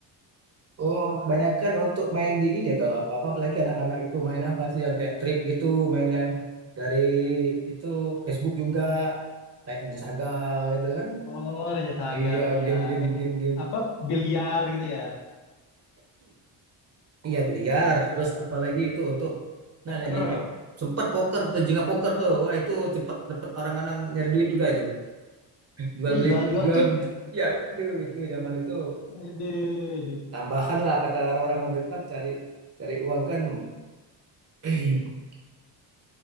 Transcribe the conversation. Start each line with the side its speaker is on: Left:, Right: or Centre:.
Right: Oh, kebanyakan untuk main di ini ya kalau apa-apa apalagi anak-anak itu main apa sih yang kayak trip gitu, main yang dari itu Facebook juga kayak Ninja Saga gitu kan.
Left: Oh ternyata Saga
Right: Iya,
Left: ya
Right: game game
Left: eh,
Right: game game.
Left: apa biliar gitu ya
Right: Iya, biliar, terus apalagi itu untuk
Left: poker.
Right: nah lagi hype sempet poker tuh, jengah poker tuh. Wah, itu cepet cepet orang-orang nyari duit juga itu. <laughs> Jual
Left: Iya
Right: beli
Left: jual-jual
Right: jual
Left: chip
Right: beli-
Left: ya.
Right: ya waduh itu zaman itu
Left: Aduh, aduh.
Right: tambahan lah kata orang-orang kan cari cari uang kan <clears throat>